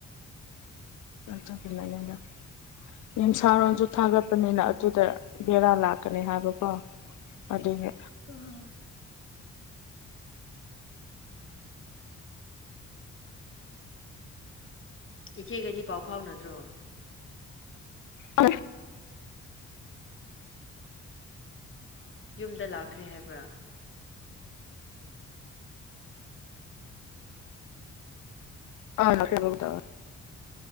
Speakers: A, on the left; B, on the left.
A: ꯃ ꯆ ꯄꯂ ꯂꯩꯗ <inaudible> ꯌꯨꯝꯁꯥꯔꯣꯟꯁꯨ ꯊꯥꯒꯠꯄꯅꯤꯅ ꯑꯗꯨꯗ ꯕꯦꯔꯥ ꯂꯥꯛꯀꯅꯤ ꯍꯥꯏꯕꯀꯣ ꯑꯗꯨꯅꯤ
B: ꯎꯝ ꯏꯆꯦꯒꯗꯤ ꯄꯥꯎ ꯐꯥꯎꯅꯗ꯭ꯔꯣ
A: ꯑ
B: ꯌꯨꯝꯗ ꯂꯥꯛꯈ꯭ꯔꯦ ꯍꯥꯏꯕ꯭ꯔꯥ
A: ꯑ ꯂ ꯍꯗꯕ